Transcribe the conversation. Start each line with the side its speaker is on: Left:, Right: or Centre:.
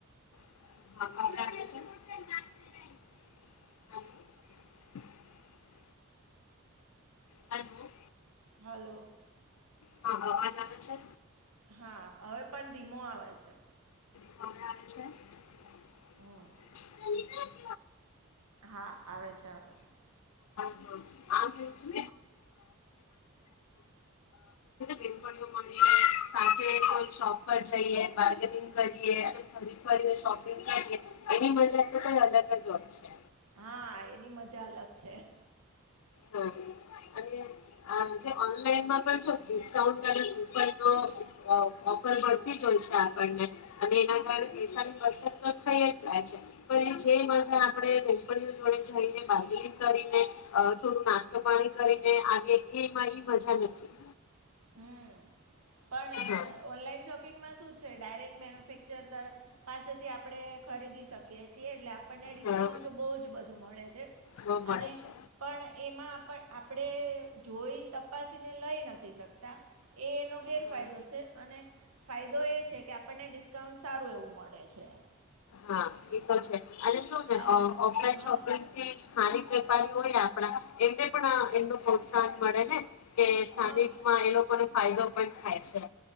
Left: <inaudible> <inaudible> હલો.
Right: હાલો.
Left: હા, અવાજ છે.
Right: હા, હવે પણ ધીમો આવે છે.
Left: હવે આવે છેે.
Right: હમ
Left: <inaudible>
Right: હા, આવે છે હવે.
Left: <inaudible> પછી, તો બિનપણીઓ મળીને સાથે કોઈ શોપ પર જઈએ, બાર્ગેનિંગ કરીએ ફરી કરીને શોપિંગ કરીએ એની મજત તો કઈ અલગજ હોય છે.
Right: હા, એની મજા અલગ છે.
Left: હા અને આ જે ઓનલાઈનમાં પણ ડિસ્કાઉન્ટ અલગ ઉપરનો ઓ ઓફર મળતી જોય છે, આપણને. અને એના
Right: હમ
Left: કારણે પૈસાની વચત. થઈ જ જાય છે, પછી જે મજા આપણે કપનીઓ જોડે જઈનેગંગ કરીને. થોડું નાસ્તો પાણી કરીને આગે એમાં એ મજા નથી.
Right: હમ, પણ
Left: હા
Right: ઓનલાઈન શોપિંગમાં શું. છે, ડાયરેક્ટ મેન્યુફેક્ચરર પાસેથી આપણે ખરીદી શકીએ છીએ, એટલે. આપણને ડિસ્કાઉન્ટ
Left: હા
Right: બહુ જ બધું મળે છે,
Left: બો મળે
Right: અને
Left: છે
Right: પણ એમાં આપ આપણે. જોઈ, તપાસીને લઈ નથી શક. તા એ એનો. એ
Left: હા
Right: ફાયદો છે, અને ફાયદો એ છે કે. આપણને ડિસ્કાઉન્ટ સારું એવું મળે છે.
Left: હા,
Right: એમાં
Left: એ તો છે. અનેસુકહે
Right: અને
Left: આ ઓફલાઈન
Right: હા
Left: શોપિંગ થી જ સ્થાનિક. વેપારી હોય, આપણા એમને પણ એમનું પ્રોત્સાહન મળે ને. કે, સ્થાનિકમા
Right: હા
Left: એ લોકો. લોકોને ફાયદો પણ થાય છે.